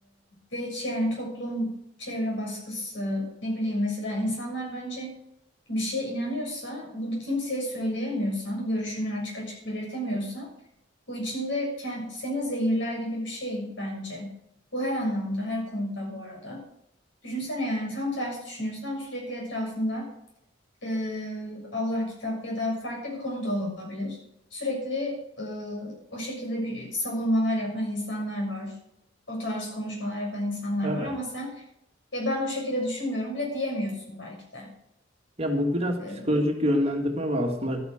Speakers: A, on the left; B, on the right.
A: ve hiç yani toplum, çevre baskısı, ne bileyim mesela insanlar bence bir şeye inanıyorsa, bunu kimseye söyleyemiyorsan, görüşünü açık açık belirtemiyorsan, bu içinde kend- seni zehirler gibi bir şey bence. Bu her anlamda, her konuda bu arada. Düşünsene yani tam tersi düşünüyorsun ama sürekli etrafında e, Allah kitap ya da farklı bir konu da olabilir. Sürekli e, o şekilde bir savunmalar yapan insanlar var. O tarz konuşmalar yapan insanlar
B: Evet.
A: var ama sen ya ben o şekilde düşünmüyorum bile diyemiyorsun belki de.
B: Ya bu biraz
A: E,
B: psikolojik yönlendirme ve aslında